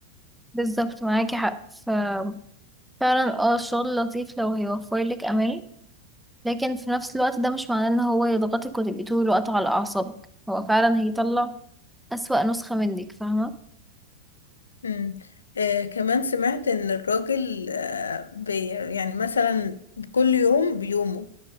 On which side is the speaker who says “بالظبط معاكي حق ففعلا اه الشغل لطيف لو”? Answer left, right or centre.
Centre